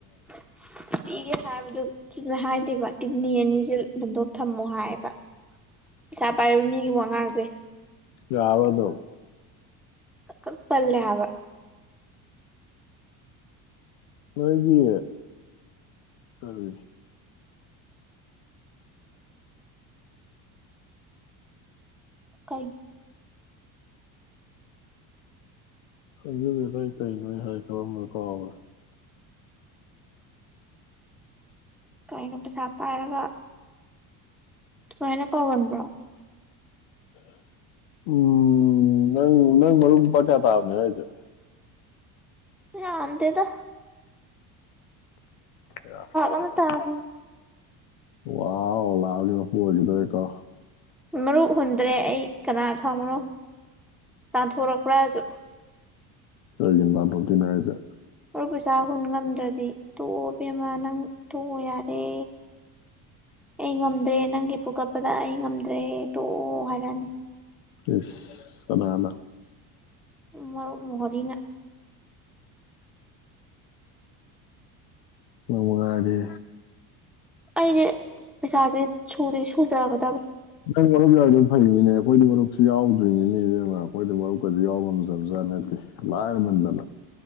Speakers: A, in the centre; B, on the left.
A: <inaudible> ꯄꯤꯒꯦ ꯍꯥꯏꯕꯗꯨ ꯆꯨꯝꯅ ꯍꯥꯏꯗꯦꯕ ꯀꯤꯠꯅꯤ ꯑꯅꯤꯁꯦ ꯕꯟꯗꯣꯛ ꯊꯝꯃꯣ ꯍꯥꯏꯌꯦꯕ ꯄꯩꯁꯥ ꯄꯥꯏꯕ ꯃꯤꯒꯤ ꯋꯉꯥꯡꯁꯦ
B: ꯌꯥꯕ꯭ꯔ ꯗꯨꯝ
A: ꯑ ꯀꯪ ꯇꯜꯂꯦ ꯍꯥꯏꯕ
B: ꯅꯣꯏꯒꯤ ꯑꯁ
A: ꯀꯩꯝ
B: ꯈꯪꯖꯗꯦꯗ ꯑꯩ ꯀꯩꯅꯣ ꯑꯩ ꯍꯥꯏ ꯈꯜꯂꯝꯕꯗꯣ ꯀꯥꯎꯒ꯭ꯔꯦ
A: ꯀꯩꯅꯣ ꯄꯩꯁꯥ ꯄꯥꯏꯔꯒ ꯗꯨꯃꯥꯏꯅ ꯀꯥꯎꯒꯟꯕ꯭ꯔꯣ
B: <inaudible> ꯎꯝ ꯅꯪ ꯅꯪ ꯃꯔꯨꯞ ꯂꯨꯄꯥ ꯀꯌꯥ ꯇꯕꯅꯣ ꯌꯥꯎꯖꯦ
A: ꯌꯥꯝꯗꯦꯗ
B: ꯂꯥꯛ ꯑꯃꯥ
A: ꯑꯃ ꯇꯥꯕꯤꯅꯤ
B: ꯇꯥꯕ ꯋꯥꯎ ꯂꯥꯛ ꯑꯃꯒꯤ ꯃꯄꯨ ꯑꯣꯏꯒꯤꯗꯧꯔꯦꯀꯣ
A: ꯃꯔꯨꯞ ꯍꯨꯟꯗ꯭ꯔꯦ ꯑꯩ ꯀꯅꯥ ꯈꯪꯕꯅꯣ ꯇꯥꯟꯊꯣꯔꯛꯄ꯭ꯔꯥꯁꯨ
B: ꯑꯗꯨꯗꯤ <unintelligible>
A: ꯃꯔꯨꯞ ꯄꯩꯁꯥ ꯍꯨꯟ ꯉꯝꯗ꯭ꯔꯗꯤ ꯇꯣꯛꯑꯣ ꯕꯦꯝꯃ ꯅꯪ ꯇꯣꯛꯑꯣ ꯌꯥꯔꯦ ꯑꯩ ꯉꯝꯗ꯭ꯔꯦ ꯅꯪꯒꯤ ꯐꯨꯀꯠꯄꯗ ꯑꯩ ꯉꯝꯗ꯭ꯔꯦ ꯇꯣꯛꯑꯣ ꯍꯥꯏꯔꯛꯑꯅꯤ
B: ꯏꯁ ꯀꯅꯥꯅ
A: ꯃꯔꯨꯞ ꯃꯣꯍꯣꯔꯤꯅ
B: ꯅꯨꯡꯉꯥꯏꯔꯦ
A: ꯑꯩꯅꯦ ꯄꯩꯁꯥꯁꯦ ꯁꯨꯗꯤ ꯁꯨꯖꯔꯣ
B: <unintelligible> ꯐꯩꯅꯤꯅꯦ ꯑꯩꯈꯣꯏꯗꯤ ꯃꯔꯨꯞꯁꯨ ꯌꯥꯎꯗ꯭ꯔꯤꯅꯤꯅꯦ ꯏꯕꯦꯝꯃ ꯑꯩꯈꯣꯏꯗ ꯃꯔꯨꯞꯀꯖꯦ ꯌꯥꯎꯕ ꯉꯝꯖꯕ ꯆꯥꯠ ꯅꯠꯇꯦ ꯂꯥꯏꯔꯃꯟꯗꯅ